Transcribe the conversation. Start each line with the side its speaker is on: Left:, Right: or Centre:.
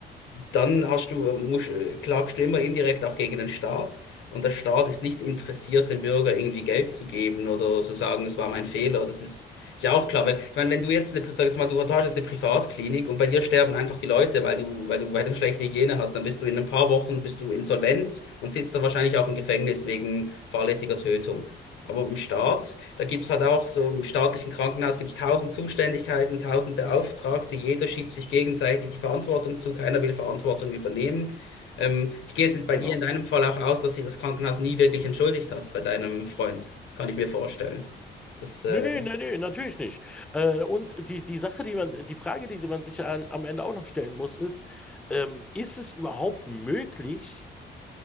Left: dann hast du, musst, äh, klagst du immer indirekt auch gegen den Staat. Und der Staat ist nicht interessiert, dem Bürger irgendwie Geld zu geben oder zu sagen, es war mein Fehler. Das ist, ist ja auch klar. Wenn, ich meine, wenn du jetzt eine, sag jetzt mal, du hast jetzt eine Privatklinik und bei dir sterben einfach die Leute, weil du, weil du, weil du schlechte Hygiene hast, dann bist du in ein paar Wochen bist du insolvent und sitzt dann wahrscheinlich auch im Gefängnis wegen fahrlässiger Tötung. Aber im Staat, da gibt's halt auch so im staatlichen Krankenhaus gibt's tausend Zuständigkeiten, tausend Beauftragte, jeder schiebt sich gegenseitig die Verantwortung zu, keiner will Verantwortung übernehmen. Ähm, ich gehe jetzt bei
Centre: Genau.
Left: dir in deinem Fall auch aus, dass sich das Krankenhaus nie wirklich entschuldigt hat bei deinem Freund. Kann ich mir vorstellen. Das, äh,
Centre: Nee, nee, nee, nee, natürlich nicht. Äh, und die, die Sache, die man, die Frage, die man sich an, am Ende auch noch stellen muss, ist, ähm, ist es überhaupt möglich,